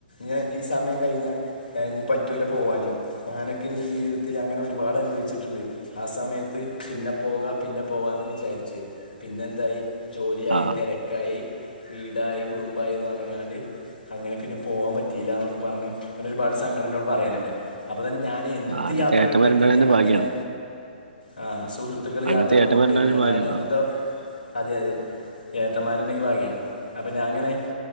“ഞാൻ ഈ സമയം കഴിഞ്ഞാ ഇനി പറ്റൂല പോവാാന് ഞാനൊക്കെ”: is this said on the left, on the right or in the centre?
Left